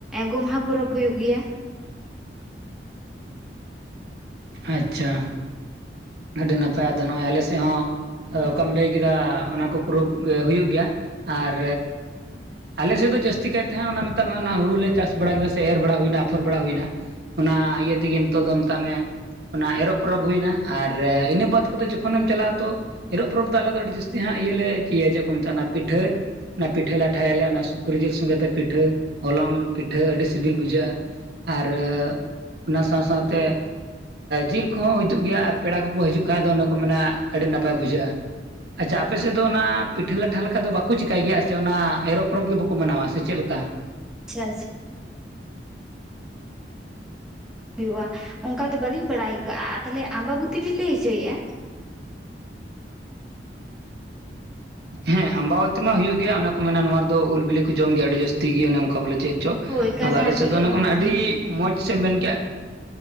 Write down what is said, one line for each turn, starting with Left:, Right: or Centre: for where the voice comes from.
Centre: ᱜᱚᱢᱦᱟ ᱯᱚᱨᱚᱵᱽ ᱦᱩᱭᱩᱜ ᱜᱮᱭᱟ
Right: ᱟᱪᱪᱷᱟ ᱟᱹᱰᱤ ᱱᱟᱯᱟᱭ ᱟᱫᱚ ᱱᱚᱜ ᱚᱭ ᱟᱞᱮᱥᱮᱫ ᱦᱚᱸ ᱚᱠᱟᱢ ᱞᱟᱹᱭ ᱠᱮᱫᱟ ᱚᱱᱟ ᱠᱚ ᱯᱚᱨᱚᱵ ᱦᱳᱭᱳᱜ ᱜᱮᱭᱟ ᱟᱨ ᱟᱞᱮ ᱥᱮᱫ ᱫᱚ ᱡᱟᱥᱛᱤ ᱠᱟᱭ ᱛᱟᱦᱮᱸᱜ ᱚᱱᱟ ᱢᱮᱛᱟᱜ ᱢᱮ ᱚᱱᱟ ᱦᱩᱲᱩᱞ ᱞᱮ ᱪᱟᱥ ᱵᱟᱲᱟ ᱠᱮᱫᱟ ᱥᱮ ᱮᱨ ᱵᱟᱲᱟ ᱦᱩᱭᱱᱟ ᱟᱯᱷᱚᱨ ᱵᱟᱲᱟ ᱦᱩᱭᱱᱟ ᱚᱱᱟ ᱤᱭᱟᱹ ᱛᱮᱜᱮ ᱱᱤᱛᱚᱜ ᱫᱚ ᱢᱮᱛᱟᱜ ᱢᱮ ᱚᱱᱟ ᱮᱨᱚᱜ ᱯᱚᱨᱚᱵᱽ ᱦᱩᱭᱱᱟ ᱟᱨ ᱤᱱᱟᱹ ᱵᱟᱫ ᱠᱟᱛᱮᱫ ᱡᱚᱠᱷᱚᱱᱮᱢ ᱪᱟᱞᱟᱜᱼᱟ ᱛᱚ ᱮᱨᱚᱜ ᱯᱚᱨᱚᱵᱽ ᱫᱚ ᱟᱞᱮ ᱫᱚ ᱟᱹᱰᱤ ᱡᱟᱹᱥᱛᱤ ᱦᱟᱸᱜ ᱤᱭᱟᱹ ᱞᱮ ᱤᱭᱟᱹᱭᱟ ᱪᱮᱫ ᱠᱚ ᱢᱮᱛᱟᱜᱼᱟ ᱯᱤᱴᱷᱟᱹ ᱚᱱᱟ ᱯᱤᱴᱷᱟᱹ ᱞᱟᱴᱷᱟᱭᱟᱞᱮ ᱚᱱᱟ ᱥᱩᱠᱨᱤ ᱡᱤᱞ ᱥᱚᱸᱜᱮ ᱛᱮ ᱯᱤᱴᱷᱟᱹ ᱦᱚᱞᱚᱝ ᱯᱤᱴᱷᱟᱹ ᱟᱹᱰᱤ ᱥᱤᱵᱤᱞ ᱵᱩᱡᱷᱟᱹᱜᱼᱟ ᱟᱨ ᱚᱱᱟ ᱥᱟᱶ ᱥᱟᱶᱛᱮ ᱡᱤᱞ ᱠᱚᱦᱚᱸ ᱦᱤᱡᱩᱜ ᱜᱮᱭᱟ ᱟᱨ ᱯᱮᱲᱟ ᱠᱚᱠᱚ ᱦᱤᱡᱩᱜ ᱠᱷᱟᱡ ᱫᱚ ᱚᱱᱮ ᱠᱚ ᱢᱮᱱᱟ ᱟᱹᱰᱤ ᱱᱟᱯᱟᱭ ᱵᱩᱡᱷᱟᱹᱜᱼᱟ ᱟᱪᱪᱷᱟ ᱟᱯᱮᱥᱮᱫ ᱫᱚ ᱚᱱᱟ ᱯᱤᱴᱷᱟᱹ ᱞᱟᱴᱷᱟ ᱞᱮᱠᱟ ᱫᱚ ᱵᱟᱠᱚ ᱪᱮᱠᱟᱭ ᱜᱮᱭᱟ ᱥᱮ ᱚᱱᱟ ᱮᱨᱚᱜ ᱯᱚᱨᱚᱵᱽ ᱜᱮ ᱵᱟᱠᱚ ᱢᱟᱱᱟᱣᱟ ᱥᱮ ᱪᱮᱫ ᱞᱮᱠᱟ
Centre: ᱪᱷᱟ ᱟᱪᱷᱟ ᱦᱩᱭᱩᱜᱼᱟ ᱚᱱᱠᱟ ᱫᱚ ᱵᱟᱹᱞᱤᱧ ᱵᱟᱰᱟᱭ ᱟᱠᱟᱜᱼᱟ ᱛᱟᱦᱞᱮ ᱟᱢᱵᱟᱵᱩᱛᱤ ᱵᱤᱱ ᱞᱟᱹᱭ ᱦᱚᱪᱚᱭᱮᱫᱼᱟ
Right: ᱦᱮᱸ ᱟᱢᱵᱟᱵᱟᱛᱤ ᱢᱟ ᱦᱩᱭᱩᱜ ᱜᱮᱭᱟ ᱚᱱᱟ ᱠᱚ ᱢᱮᱱᱟ ᱱᱚᱣᱟ ᱫᱚ ᱩᱞ ᱵᱤᱞᱤ ᱠᱚ ᱡᱚᱢ ᱜᱮᱭᱟ ᱟᱹᱰᱤ ᱡᱟᱹᱥᱛᱤ ᱜᱮ ᱚᱱᱮ ᱚᱝᱠᱟ ᱵᱚᱞᱮ ᱪᱮᱫ ᱪᱚ
Centre: ᱦᱳᱭ ᱠᱟᱱᱴᱷᱟᱲ
Right: ᱟᱫᱚ ᱟᱞᱮ ᱥᱮᱫ
Centre: ᱵᱮᱞᱮ
Right: ᱫᱚ ᱚᱱᱮ
Centre: ᱩᱞ
Right: ᱠᱚ
Centre: ᱵᱤᱞᱤ
Right: ᱟᱹᱰᱤ
Centre: ᱦᱮᱸ
Right: ᱢᱚᱡᱽ ᱥᱮᱢ ᱢᱮᱱ ᱠᱮᱜᱼᱟ